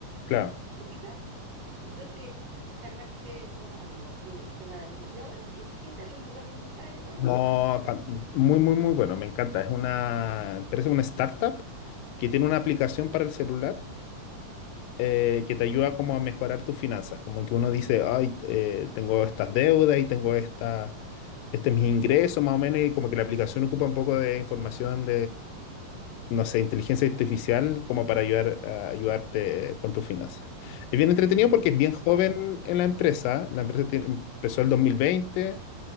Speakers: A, on the left; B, on the right.
A: claro,
B: ¿Te fijas? Entonces sacaste buenos amigos, qué, qué maravilla. ¿Y ahora qué, qué tal el lugar donde estás? ¿Es bueno?
A: no, pa- muy, muy, muy bueno, me encanta. Es una empresa, una startup que tiene una aplicación para el celular eh, que te ayuda como a mejorar tus finanzas. Como que uno dice, ay, eh, tengo estas deudas y tengo esta, este es mi ingreso más o menos y como que la aplicación ocupa un poco de información no sé, inteligencia artificial como para ayudar a ayudarte con tus finanzas. Es bien entretenido porque es bien
B: Oh.
A: joven en la empresa. La empresa tie- empezó el 2020